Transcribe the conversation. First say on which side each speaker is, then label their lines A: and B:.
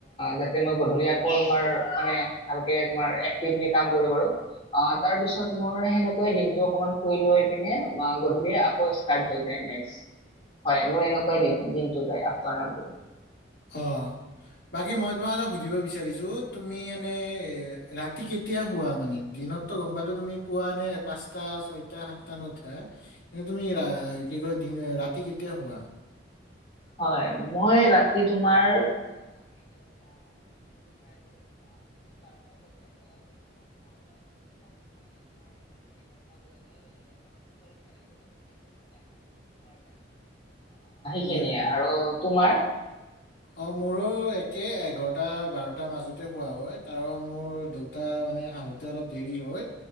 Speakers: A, on the left (about 30°); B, on the left (about 65°).
A: তাতে মই গধুলী আকৌ তোমাৰ মানে ভালকে তোমাৰ একটিভলি কাম কৰো আৰু তাৰ পিছত মোৰ দিনটো শুই লৈ পিনে গধুলী আকৌ ষ্টাৰ্ট হৈ যায় দে নেক্স হয় মোৰ এনেকুৱাই দিনটো যায় আফটাৰ নোনটো
B: অ বাকী মই তোমাক এটা সুধিব বিচাৰিছো তুমি এনে ৰাতি কেতিয়া শুৱা মানে দিনতো গম পালো তুমি পুৱা নে পাঁচটা ছয় সাতটা ন উঠা কিন্তু তুমি কি কয় ৰাতি কেতিয়া শুৱা
A: হয় মই ৰাতি তোমাৰ
B: হয়
A: খিনিয়ে
B: হয়
A: আৰু তোমাৰ
B: অ মোৰো একে এঘাৰটা বাৰটাৰ মাজতে শুৱা হয় কাৰণ মোৰ দেউতা মানে আহোতে অলপ দেৰি হয়